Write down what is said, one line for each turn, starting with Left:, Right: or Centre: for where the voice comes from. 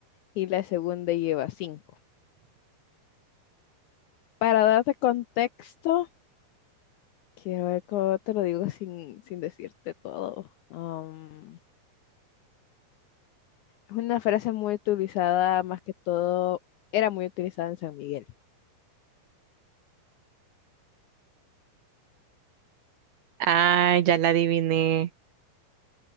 Left: y la segunda lleva cinco. Para darte contexto, quiero ver cómo te lo digo sin, sin decirte todo. Am, Es una frase muy utilizada, más que todo, era muy utilizada en San Miguel.
Right: Ah, ya la adiviné,